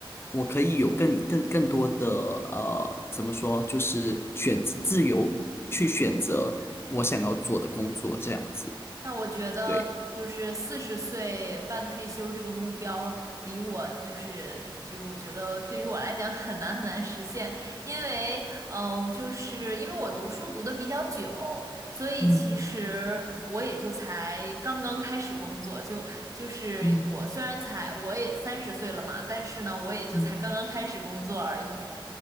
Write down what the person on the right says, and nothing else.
但我觉得，
就是四十岁半退休这个目标，离我就是就是我觉得对于我来讲很难很难实现，因为嗯、呃就是因为我读书读的比较久，所以其实我也就才刚刚开始工作，
就就是我虽然才我也三十岁了嘛，
但是呢，我也就才刚刚开始工作而已。